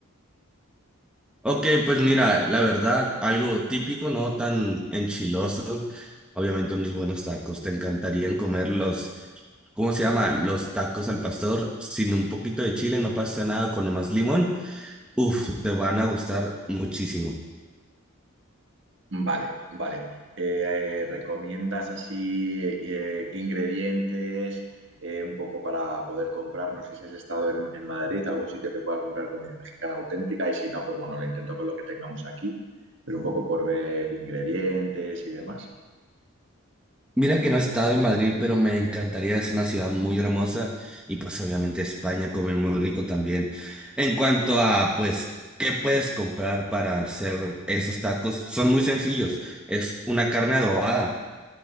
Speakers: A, in the centre; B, on the right.
A: Ok, pues mira, la verdad, algo típico, no tan enchiloso. Obviamente unos buenos tacos. Te encantarían comer los, ¿cómo se llama? Los tacos al pastor. Sin un poquito de chile no pasa nada, con nomás limón. Uf, te van a gustar muchísimo.
B: Vale, vale. Eh, eh, ¿recomiendas así eh, qué ingredientes eh, un poco para poder comprar? No sé si has estado en, en Madrid, algún sitio que pueda comprar comida mexicana auténtica y si no, pues bueno, lo intento con lo que tengamos aquí, pero un poco por ver ingredientes y demás.
A: Mira que no he estado en Madrid, pero me encantaría, es una ciudad muy hermosa y pues obviamente España come muy rico también. En cuanto a pues, ¿qué puedes comprar para hacer esos tacos? Son muy sencillos, es una carne adobada.